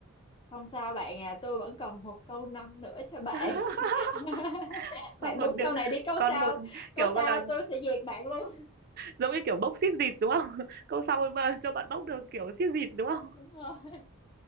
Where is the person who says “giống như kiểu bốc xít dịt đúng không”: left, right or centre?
Right